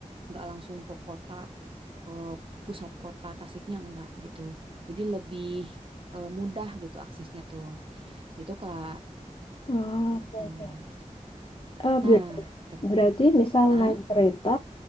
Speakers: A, on the right; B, on the left.
A: nggak langsung ke kota eh, pusat kota Tasiknya enggak gitu jadi lebih eh, mudah gitu aksesnya tuh gitu Kak
B: ah,
A: Mm-mm.
B: oke oke. Eh,
A: nah
B: ber-
A: ter
B: berarti misal
A: ah,
B: naik kereta